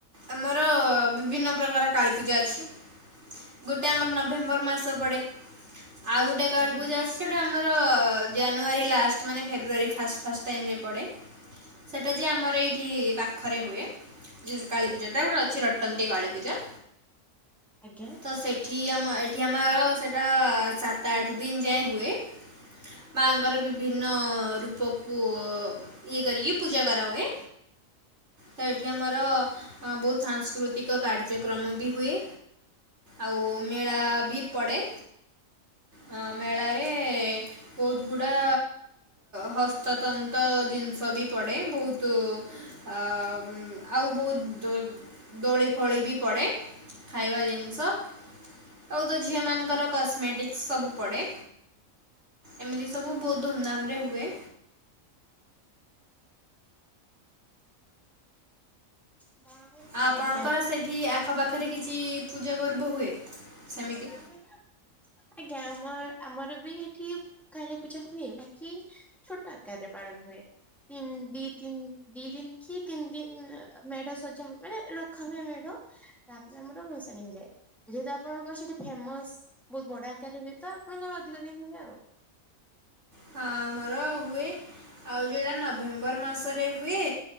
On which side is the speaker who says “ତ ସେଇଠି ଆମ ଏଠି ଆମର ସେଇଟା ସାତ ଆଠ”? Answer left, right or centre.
Right